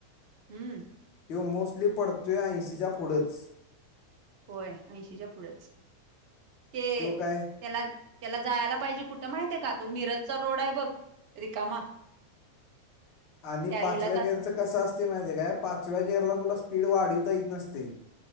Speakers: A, on the right; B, on the left.
A: हम्म
B: त्यो मोस्टली पडतोय ऐंशीच्या पुुढंच.
A: होय ऐंशीच्या पुढच ते
B: तो काय
A: त्याला त्याला जायाला पाहिजे कुठं माहिते का, तो मिरजचा रोड आहे बघ रिकामा.
B: आणि
A: त्या
B: पाचव्या
A: ह्याला जात
B: गेरचं कसं असतंय माहिते काय पाचव्या गिअरला तुला स्पीड वाढिवता ईत नसतंय